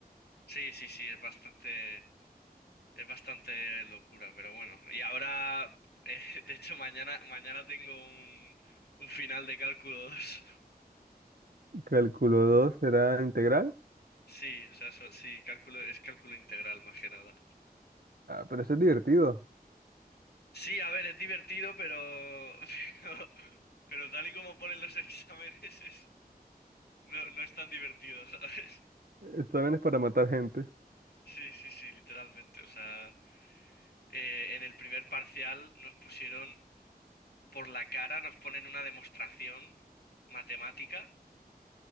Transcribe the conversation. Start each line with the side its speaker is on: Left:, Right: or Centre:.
Left: Sí, sí, sí, es bastante, es bastante locura, pero bueno. Y ahora, eh, <laughs> de hecho, mañana, mañana tengo un, un final de cálculo 2. <laughs>
Right: Cálculo 2 será integral.
Left: Sí, o sea, so- sí, cálculo, es cálculo integral más que nada.
Right: Ah, pero eso es divertido.
Left: Sí, a ver, es divertido, pero, <laughs> pero, pero tal y como ponen los <laughs> exámenes, es, no, no es tan divertido, ¿sabes?
Right: Exámenes para matar gente.
Left: Sí, sí, sí, literalmente. O sea, eh, en el primer parcial nos pusieron por la cara, nos ponen una demostración matemática